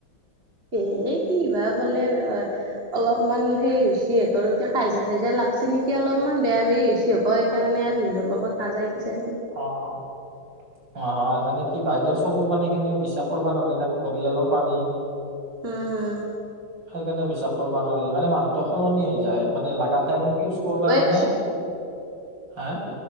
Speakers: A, on the right; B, on the right.
A: এই কি বা বলে অলপমান সেই হৈছি সিহঁতৰ, কিবা কাইজিয়া-চাইজিয়া লাগছি নেকি? অলপমান বেয়া বেই হৈছি হ'ব পায়। সেইকাৰণে আৰু ভিনদোৰ লগত নাযায় কিজানি।
B: অ'। অ', হয় মানে কি বাইদেৰ চকুৰ পানী খিনিও বিশ্বাস কৰিব নোৱাৰি না ঘৰিয়ালৰ পানী।
A: উম
B: সেইকাৰণে বিশ্বাস কৰিব নোৱাৰি মানে মানুহতো সলনি হৈ যায় মানে লাগ গ, টাইমত ইউজ কৰিব
A: হয়ে
B: কাৰণে
A: দেচোন
B: হা